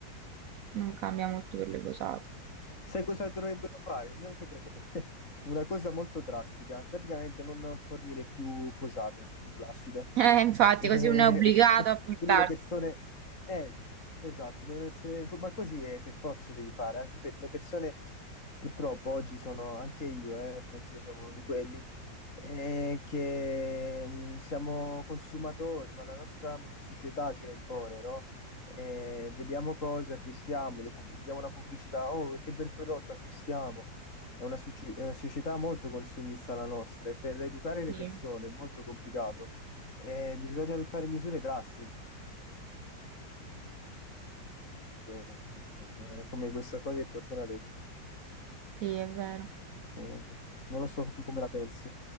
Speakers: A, on the right; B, on the left.
A: non cambia molto per le posate. <laughs>
B: Sai cosa dovrebbero fare? Neanche proto- <laughs> Una cosa molto drastica, praticamente non fornire più posate in plastica.
A: Eh, infatti,
B: E
A: così uno è obbligato
B: <laughs>
A: a portarsene.
B: quindi le persone... Eh, esatto, devono essere... Ma così è, per forza devi fare, anche per le persone... Purtroppo oggi sono anche io, eh, anche io sono uno di quelli, eh, che mm, siamo consumatori, ma la nostra società ce lo impone, no? eh, vediamo cose, acquistiamo, le pub- vediamo una pubblicità, oh che bel prodotto acquistiamo. È una, soci- è una società molto consumista la nostra e per educare
A: Sì,
B: le persone è molto complicato. Eh, bisogna adottare misure drastiche, eh, come questa qua che ti ho appena detto.
A: sì, è vero.
B: Eh, non lo so tu come la pensi.